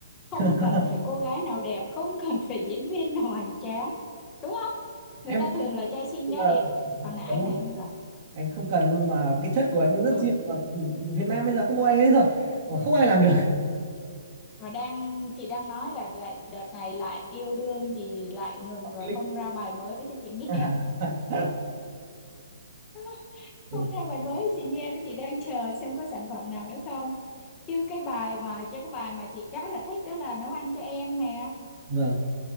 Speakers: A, on the left; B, on the right.
A: không
B: <laughs>
A: cần phải cô gái nào đẹp không cần phải diễn viên nào hoành tráng đúng không
B: em
A: người ta thường là trai xinh gái
B: ờ,
A: đẹp còn là anh
B: cảm ơn.
A: này không cần
B: anh không cần luôn mà cái chất của anh rất
A: ừ
B: riêng mà Việt Nam bây giờ có mỗi anh ấy rồi mà không ai làm được
A: và đang chị đang nói là lại đợt này lại yêu đương gì lại ngừng
B: Cái
A: rồi
B: link.
A: không ra bài mới cho chị nghe
B: <laughs>
A: <laughs>
B: Ừ,
A: không ra bài mới cho chị nghe đó chị đang chờ xem có sản phẩm nào nữa không chứ cái bài mà chứ cái bài mà chị khá là thích đó là nấu ăn cho em nè
B: vâng